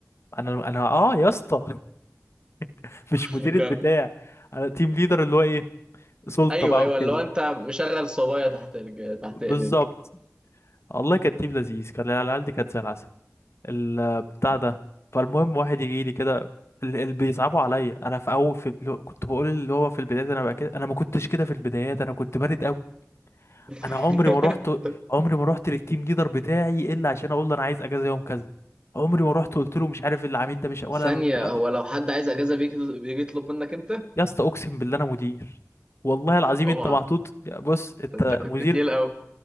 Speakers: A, on the left (about 60°); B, on the right (about 20°).
A: انا انا اه يا اسطى <laughs> مش
B: <laughs>
A: مدير البتاع
B: كان-
A: انا تيم ليدر اللي هو ايه سلطة
B: ايوه
A: بقى
B: ايوه
A: وكده
B: اللي هو انت مشغل صبايا تحت رج- تحت
A: بالظبط
B: ايديك
A: والله كانت تيم لذيذ كان العيال دي كانت زي العسل البتاع ده فالمهم واحد يجي لي كده ال- اللي بيصعبوا عليا انا في اول في بلو... كنت بقول اللي هو في البدايات انا بقى كده انا ما كنتش كده في البدايات انا كنت بارد قوي
B: <laughs>
A: انا عمري ما رحت عمري ما رحت للتيم ليدر بتاعي الا عشان اقول له انا عايز اجازه يوم كذا عمري ما رحت قلت له مش عارف العميل ده مش ولا
B: ثانية
A: الكلام
B: هو
A: ده
B: لو حد عايز أجازة بيجي بيجي يطلب منك أنت؟
A: يا اسطى اقسم بالله انا مدير والله العظيم
B: اوعى
A: انت محطوط بص انت
B: انت كنت
A: مدير
B: تقيل قوي